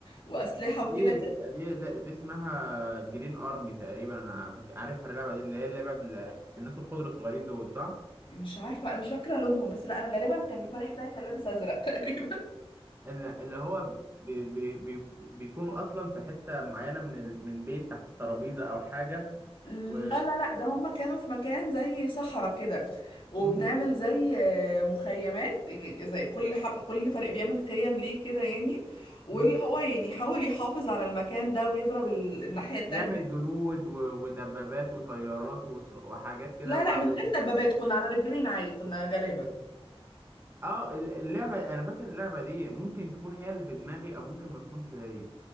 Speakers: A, on the left; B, on the right.
A: واسلحه
B: دي
A: وكده كانت
B: دي لا دي اسمها جرين ارمي تقريبا أنا فاك- عارفها اللعبه دي اللي هي لعبه ال- الناس الخضر الصغيرين دول صح؟
A: مش عارفه انا مش فاكره لونهم بس لا انا غالبا كان الفريق بتاعي كان لابس ازرق <laughs> تقريبا
B: اللي اللي هو بي بي بي بيكونوا اصلا في حته معينه من ال... من بيت تحت الترابيزه او حاجه
A: لا
B: و
A: لا لا ده هما كانوا في مكان زي صحراء كده وبنعمل
B: مم.
A: زي آه، مخيمات يعني زي كل حب كل فريق بيعمل خيم ليه كده يعني واللي
B: مم.
A: هو يعني يحاول يحافظ على المكان ده ويضرب ال... الناحيه التانيه
B: يعمل جنود و... ودبابات وطيارات وص... وحاجات كده
A: لا
B: وبقى
A: لا من غير
B: و...
A: دبابات كنا على رجلين عادي كنا غلابه
B: اه ال- اللعبه انا فاكر اللعبه دي ممكن تكون هي اللي في دماغي او ممكن ما تكونش هي